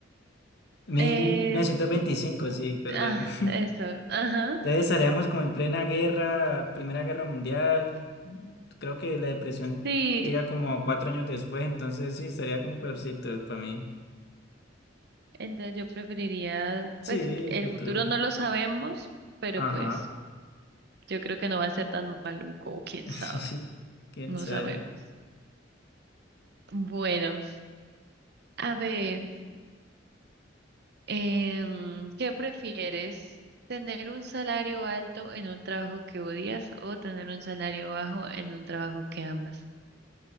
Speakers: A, on the right (about 60°); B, on the left (about 60°).
A: Es-
B: Mil novecientos veinticinco, sí, perdón.
A: ah, eso, ajá.
B: <laughs> Entonces estaríamos como en plena guerra, Primera Guerra Mundial, creo que la depresión
A: Sí,
B: llega como cuatro años después, entonces sí, estaría como peorcito para mí.
A: entonces yo preferiría,
B: Sí,
A: pues el
B: el futuro.
A: futuro no lo sabemos, pero
B: Ajá,
A: pues yo creo que no va a ser tan maluco, quién
B: <laughs>
A: sabe.
B: quién
A: No
B: sabe.
A: sabemos. Bueno, a ver, em, ¿qué prefieres? ¿Tener un salario alto en un trabajo que odias o tener un salario bajo en un trabajo que amas?